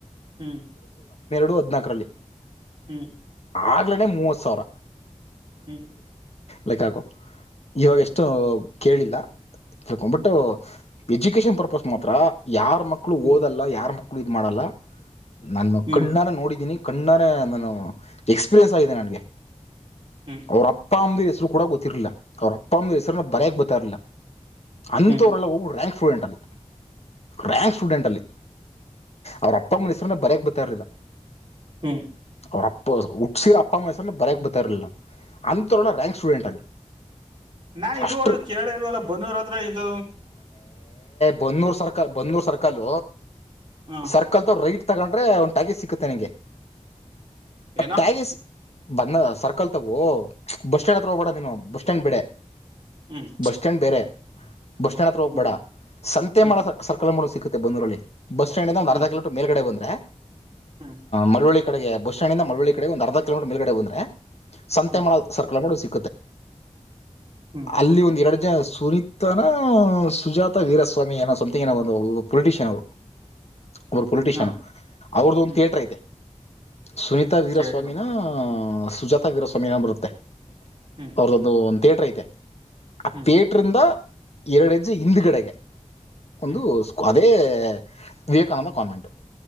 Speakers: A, on the right; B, on the left.
A: ಹ್ಮ್
B: <unintelligible>
A: ಹ್ಮ್
B: ಆಗ್ಲ ಮೂವತ್ತು ಸಾವಿರ
A: ಹ್ಮ್
B: ಲೆಕ್ಕಕೋ ಇವಾಗ ಎಷ್ಟು ಕೇಳಿಲ್ಲ ತಿಳ್ಕೊ ಬಟ್ ಎಜುಕೇಷನ್ ಪರ್ಪಸ್ ಮಾತ್ರ ಯಾರ ಮಕ್ಕಳು
A: ಹ್ಮ್
B: ಓದಲ್ಲ ಯಾರ ಮಕ್ಕಳು ಇದು ಮಾಡಲ್ಲ ನಾನು
A: ಹ್ಮ್
B: ಕಣ್ಣಾನ ನೋಡಿದ್ದೀನಿ ಕಣ್ಣನ ನಾನ ಎಕ್ಸ್ಪೀರಿಯೆನ್ಸ್ ಆಗಿದೆ ನನ್ಗೆ
A: ಹ್ಮ್
B: ಅವ್ರ ಅಪ್ಪ ಅಮ್ಮ ಹೆಸರು ಕೂಡ ಗೊತ್ತಿರ್ಲಿಲ್ಲ ಅವ್ರ ಅಪ್ಪ ಅಮ್ಮ ಹೆಸರುನ್ನ ಬರೆಯಕ್ ಬೊತ್ತಾಾರಲಿಲ್ಲ.. ಅಂಥವರೆಲ್ಲ
A: ಹ್ಮ್
B: ಒಬ್ಬರು ರ್ಯಾಂಕ್ ಫೂಡೆಂಟ್ ಅಲ್ಲಿ.. ರ್ಯಾಂಕ್ ಸ್ಟೂಡೆಂಟ್ ಅಲ್ಲಿ ಅವ್ರ ಅಪ್ಪಮ್ಮನ ಹೆಸ್ರನ್ನ ಬರಕ್ ಬರ್ತಾರ್ಲಿಲ್ಲ..
A: ಹ್ಮ್
B: ಅವರಪ್ಪ. ಹುಟ್ಸಿರ ಅಪ್ಪ ಮೈಸನ ಬರಯಕ್ ಬರ್ತಾ ಇರಲಿಲ್ಲ ಅಂಥವಲ್ಲ ರ್ಯಾಂಕ್ ಸ್ಟೂಡೆಂಟ್ ಅಲ್ಲಿ..
A: ನಾನ್ ಇದುವರೆಗ
B: ಅಷ್ಟ್ರ
A: ಕೇಳ ಇಲ್ವಲ್ಲ ಬಂದವರ್ತ್ರ ಇಂತ..
B: ಬನ್ನೂರ್ ಸರ್ ಬೊನ್ನೂರ್ ಸರ್ಕಲ್..
A: ಹ್ಮ
B: ಸರ್ಕಲ್ದು ರೈಟ್ ತಗೊಂಡ್ರೆ ಒಂದು ಟಾಗಿ ಸಿಕ್ಕುತ್ತೆ ನಿಂಗೆ.. ಆ
A: ಏನೋ.
B: ಟ್ಯಾಗೇಜ್ ಬಂದ ಸರ್ಕಲ್ ತಗೋ ಬಸ್ ಸ್ಟಾಂಡ್ ಹತ್ರ ಹೋಗಬೇಡ ನೀನು ಬಸ್ ಸ್ಟ್ಯಾಂಡ್ ಬಿಡೆ..
A: ಹ್ಮ್
B: ಬಸ್ ಸ್ಟ್ಯಾಂಡ್ ಬೇರೆ.. ಬಸ್ ಸ್ಟ್ಯಾಂಡ್ ಹತ್ರ ಹೋಗ್ಬೇಡ
A: ಹ್ಮ್
B: ಸಂತೆ
A: ಹ್ಮ್
B: ಮ ಸರ್ಕಲ್ ಮೂಲ ಸಿಗುತ್ತೆ ಬಂದರಲ್ಲಿ.. ಬಸ್ ಸ್ಟ್ಯಾಂಡ್ಂದ ಒಂದಂದು
A: ಹ್ಮ್
B: ಅರ್ಧ ಕಿಲೋಮೀಟರ್ ಮೇಲ್ಗಡೆ ಬಂದ್ರೆ
A: ಹ್ಮ್ ಹ್ಮ್
B: ಮಳವಳ್ಳಿ.. ಡೆ ಬಸ್ಟಾಂಡ್ ಇಂದ ಮಳವಳ್ಳಿ ಕಡೆ ಒಂದು ಅರ್ ಕಿೋಮೀಟರ್ ಮೇ ಕಡೆಂದೆ ಸಂತೆಮಳ
A: ಹ್ಮ್
B: ಸರ್ಕಲ್ ಸಿ..
A: ಹ್ಮ್
B: ಅಲ್ಲಿ ಒಂದು ಎರಡು ಜನ ಸುನತ.. ಸುಜಾತ ವೀರಸ್ವಾಮಿ ಏನೋ ಸಮಥಂಗ್ ಏಂದ ಪೊಲಿಟಿಷಿಯನ್ ಅವರು.. ಅವರು ಪೊಲಿಟಿಷಿಯನ್
A: ಹಾ
B: ಅವ್ರದ್ದ ಒಂದು
A: ಹ್ಮ್
B: ಥಿಯೇಟರ್ ಐತೆ ಸುನೀತಾ ವೀರಸ್ವಾಮಿನ..
A: ಚೇಟ್ರು
B: ಸುಜಾತಾಗಿರೋ ಸಮವಾಮಯನ ಬರುತ್ತೆ
A: ಹ್ಮ್
B: ಅವ್ರದೊಂದು ಒಂದು ಥಿಯೇಟ್ರ ಐತೆ.. ಆ
A: ಹ್ಮ್
B: ಥಿಯೇಟ್ರಿಂದ ಎರಡು ಹೆಜ್ಜೆ ಹಿಂದೆಗಡೆಗೆ ಒಂದು
A: ಹ್ಮ್
B: ಸ್ವ.. ಅದೇ ವಿವೇಕಾನಂದ ಕಾನ್ವೆಂಟ್